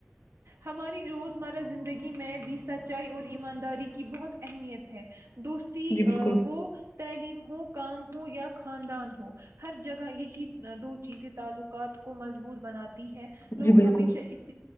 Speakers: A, on the right; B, on the left.
A: ہماری روزمرہ زندگی میں بھی سچائی اور ایمانداری کی بہت اہمیت ہے دوستی
B: جی
A: ا
B: بالکل
A: ہو تعلیم ہو کام ہو یا خاندان ہو ہر جگہ یہی دو چیزیں تعلقات کو مضبوط بناتے ہے لوگ
B: جی
A: ہمیشہ
B: بالکل
A: اس